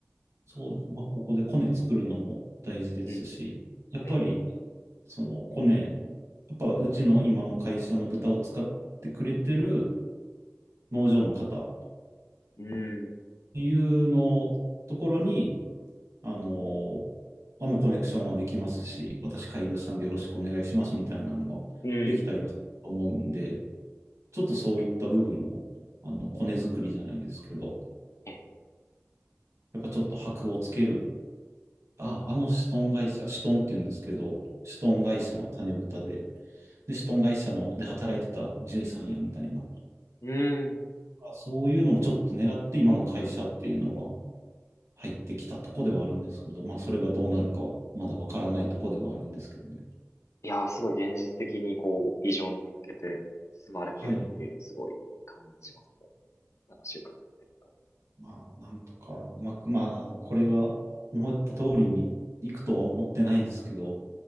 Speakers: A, on the right; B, on the left.
A: そうです。まあ、ここでコネ作るのも大事ですし、
B: ね。うん。
A: やっぱり、
B: ええ。
A: そのコネ、やっぱうちの今の会社の豚を使ってくれてる農場の方っ
B: うん。
A: ていうのところに、あの、あ、もうコネクションはできますし、私開業したんでよろしくお願いしますみたいなのができたりはすると思うんで、
B: うん。
A: ちょっとそういった部分も、あの、コネ作りじゃないですけど、
B: ええ。
A: やっぱちょっと箔をつける。あ、あのシトン会社、シトンって言うんですけど、シトン会社の種豚で、
B: ええ。
A: で、シトン会社ので働いてた獣医さんやみたいな、
B: うん。
A: あそういうのもちょっと狙って今の会社っていうのは入ってきたとこではあるんですけど、まあそれがどうなるかはまだわからないとこではあるんですけどね。
B: いやー、すごい現実的にこう、ビジョンに向けて進まれてるっていうのをすごい感じますね。
A: はい。
B: 話を伺ってると。
A: まあ、なんとか、うまく、まあ、これが思った通りにいくとは思ってないですけど、